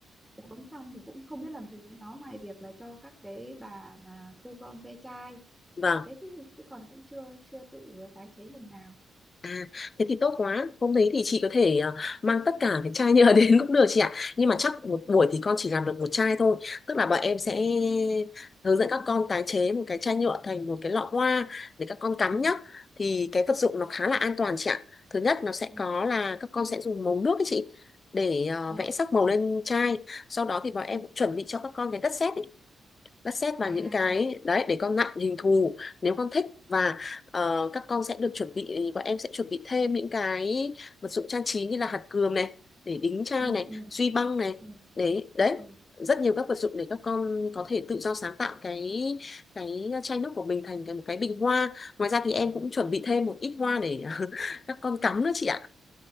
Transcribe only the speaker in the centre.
uống xong thì cũng không biết làm gì với nó ngoài việc là cho các cái bà mà thu gom ve chai
thế chứ, chứ còn cũng chưa chưa tự tái chế lần nào
ừ
ừ
ừ
ừ,
ừ.
à
ừ
ừ
ừ
ừ
ừ